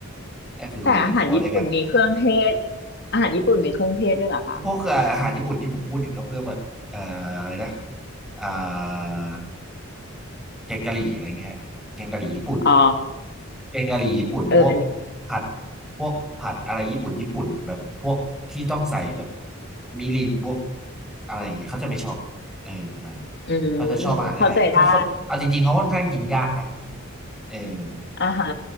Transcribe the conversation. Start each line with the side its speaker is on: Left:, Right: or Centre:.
Centre: ก็คืออยู่ในครัวด้วยกัน
Left: แต่อาหารญี่ปุ่นมีเครื่องเทศอาหารญี่ปุ่นมีเครื่องเทศด้วยเหรอคะ
Centre: พวกอาหารญี่ปุ่นที่ผมพูดถึงก็เพื่อแบบเอ่ออะไรนะ อ่าแกงกะหรี่อะไรเงี้ยแกงกะหรี่ญี่ปุ่น
Left: อ๋อ
Centre: แกงกะหรี่ญี่ปุ่นพวก
Left: เอออันนี้
Centre: ผัดพวกผัดอะไรญี่ปุ่นญี่ปุ่นแบบพวกที่ต้องใส่แบบมิรินพวกอะไรอย่างเงี้ยเขาจะไม่ชอบเอออะไร
Left: อืม
Centre: เขาจะชอบอาหารอะไรเขาเขาเอาจริงๆเขาค่อนข้างกินยากนะ
Left: เข้าใจได้
Centre: เออ
Left: อ่าฮะ